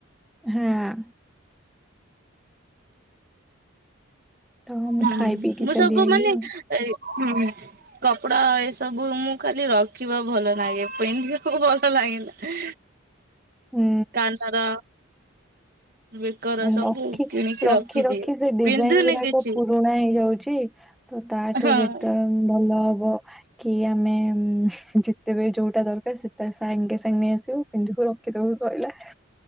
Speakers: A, in the centre; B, on the right.
A: ହାଁ। ତ ମୁଁ
B: ହୁଁ
A: ଖାଇ ପିଇକି
B: ମୁଁ
A: ଚାଲି
B: ସବୁ
A: ଆଇଲି
B: ମାନେ
A: ଆଉ
B: ଏ ହୁଁ। କପଡା ଏସବୁ ମୁଁ ଖାଲି ରଖିବା ଭଲ ନାଗେ ପିନ୍ଧିବାକୁ ଭଲ ଲାଗେନା।
A: ହୁଁ
B: କାନର ବେକର ସବୁ
A: ରଖି
B: କିଣିକି
A: ରଖି
B: ରଖିଦିଏ।
A: ରଖି ସେ ଡିଜାଇନ୍
B: ପିନ୍ଧୁନି
A: ଗୁରାକ
B: କିଛି
A: ପୁ ରୁଣା ହେଇଯାଉଛି ତ ତାଠୁ
B: ହଁ
A: ବେଟର ଭଲ ହବ କି ଆମେ ଯେତେବେ ଯୋଉଟା ଦରକାର ସେଟା ସାଙ୍ଗେ ସାଙ୍ଗେ ନେଆସିବୁ। <unintelligible> ରଖିଦବୁ ସଇଲା।